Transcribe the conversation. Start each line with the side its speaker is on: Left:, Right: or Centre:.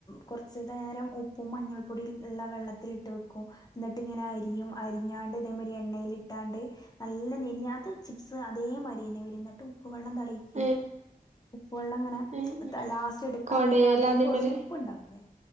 Left: കൊറച്ച് നേരം ഉപ്പും മഞ്ഞൾപ്പൊടിം ഉള്ള വെള്ളത്തിലിട്ട് വെക്കും എന്നട്ട് ഇങ്ങനെ അരിയും അരിഞ്ഞാണ്ട് ഇതേമാരി എണ്ണയിലിട്ടാണ്ട് നല്ല നെരിഞ്ഞാ അത് ചിപ്സ് അതേമായിരിയന്നെ വരുന്നട്ട് ഉ ഉപ്പ് വെള്ളം തെളിക്കും
Right: ഏഹ്
Left: ഉപ്പ് വെള്ളം ഇങ്ങനെ
Right: ഏഹ്
Left: ലാസ്റ്റ് എടുക്കാൻ
Right: കൊടയലാ
Left: നേരം അതിലേക്ക്
Right: അതിമ്മല്
Left: കൊറച്ച് ഉ ഉപ്പ് ഇണ്ടാവുല്ലേ